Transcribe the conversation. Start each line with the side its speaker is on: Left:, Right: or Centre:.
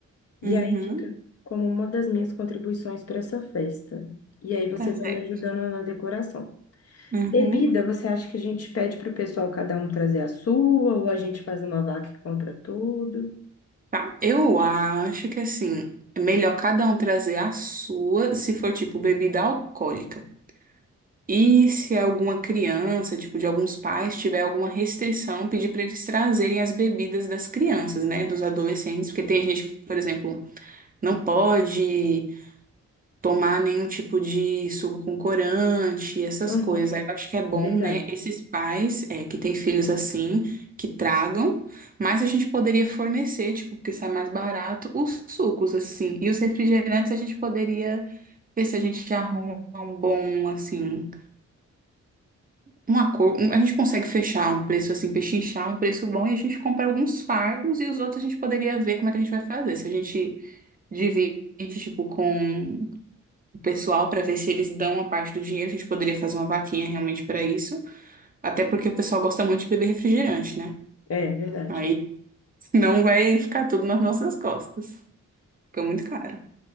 Left: E
Right: Uhum,
Left: aí fica como uma das minhas contribuições para essa festa. E aí você
Right: tá
Left: vai
Right: certo.
Left: me ajudando na decoração.
Right: Uhum.
Left: Bebida, você acha que a gente pede para o pessoal cada um trazer a sua, ou a gente faz uma vaca e compra tudo?
Right: Tá. Eu acho que assim, é melhor cada um trazer a sua, se for tipo bebida alcoólica. E se é alguma criança, tipo de alguns pais, tiver alguma restrição, pedir para eles trazerem as bebidas das crianças, né, dos adolescentes, porque tem gente que, por exemplo, não pode tomar nenhum tipo de suco com corante, essas
Left: Uhum.
Right: coisas. Aí eu acho que é bom,
Left: É verdade.
Right: né, esses pais é, que têm filhos assim, que tragam, mas a gente poderia fornecer, tipo, porque sai mais barato, os sucos, assim. E os refrigerantes a gente poderia ver se a gente arruma um bom, assim, um acordo. um- A gente consegue fechar um preço, assim, pechinchar um preço bom e a gente compra alguns fardos e os outros a gente poderia ver como é que a gente vai fazer. Se a gente divide, tipo, com o pessoal para ver se eles dão uma parte do dinheiro. A gente poderia fazer uma vaquinha realmente para isso, até porque o pessoal gosta muito de beber refrigerante, né?
Left: É, é verdade.
Right: Aí <laughs> não vai ficar tudo nas nossas costas. Fica muito caro.